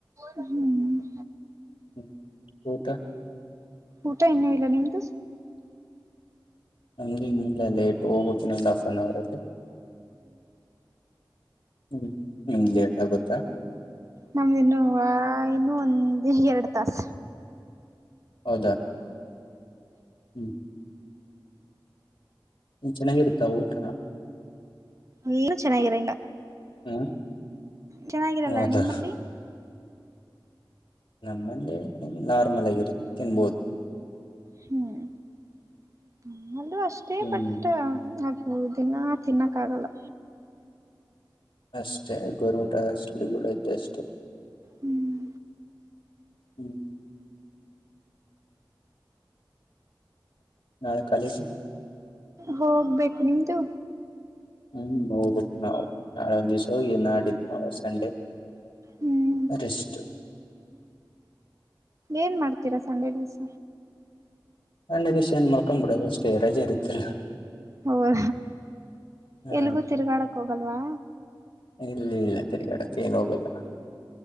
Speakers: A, on the right; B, on the left.
A: ಹ್ಮ್
B: ಹ್ಮ
A: ಊಟ ಇನ್ನುೂ ಇಲ್ಲ ನಿಮ್ದು
B: ನಮ ಇ ಲೇಟ್ ಹೋಗಕನ್ನಂದ್ ಹಫ್ ಅನ್ ಅವರ್ ಅಲ್ಲಿ ಹ್ಮ್ ನಿಮ್ದ್ ಲೇಟ್ ಆಗುತ್ತಾ
A: ನಮ್ದಿನ್ನು ವ ಇನ್ನು ಹ ಎರಡು ತಸ್
B: ಹೌದಾ ಹ್ಮ್ ಚೆನ್ನಾಗಿರುತ್ತ ಊಟ
A: ನೀನು ಚೆನ್ನಾಗಿರಂಗ
B: ಹ್ಮ್
A: ಚೆನ್ನಾಗಿರಲ್ಲ
B: ಹೌದಾ
A: ನಿಮ್ಮಲ್ಲಿ
B: ನಮ್ಮಲ್ಲಿ ನ್ ನಾರ್ಮಲ್ ಆಗಿರುತ್ತೆ ತಿನ್ಬೋದು
A: ಹ್ಮ್ದು ಅಷ್ಟೇ
B: ಹ್ಮ್
A: ಬಟ್ ಮೂ ದಿನ ತಿನ್ನಕ್ಕ ಆಗಲ್ಲ
B: ಆಷ್ಟೆ ಗರಮಟ ಹಷ್ಟಲಿಗಲ ಜಷ್ಟತ
A: ಹ್ಮ್
B: ಹ್ಮ್ ನಾಳೆ ಕಾಲೇಜ
A: ಹೋಗ್ಬೇಕು ನಿಮ್ದು
B: ಹ್ಮ್ ನೋಗ್ಬೇಕು ನಾವವು ನಾಳ ಒಂದ್ ದಿವ್ಸ ನಾಡಿದ್ ತಾಸ್ ಸಂಡೆ
A: ಹ್ಮ್
B: ರಷ್ಟು
A: ಏನ್ ಮಾಡ್ತೀರಾ ಸಂಡೆ ದಿವ್ಸ
B: ಸಂಡೆ ನಣ್ಣ ಇದಷ್ಟ ಏನ್ ಮಾಡ್ಕೊ ಬಿಡೋದು ಅಷ್ಟೇರೇಜ್ ಇರುತ್ತಲ್ಲ
A: ಹೌದಾ
B: ಹಾ
A: ಎಲ್ಗೂ ತಿರುಗಾಡಕ್ ಹೋಗಲ್ವಾ
B: ಇಲ್ಲ ಇಲ್ಲ ತಿರಿಗಡಕ್ಕೆ ಏನ್ ಹೋಗಲ್ಲ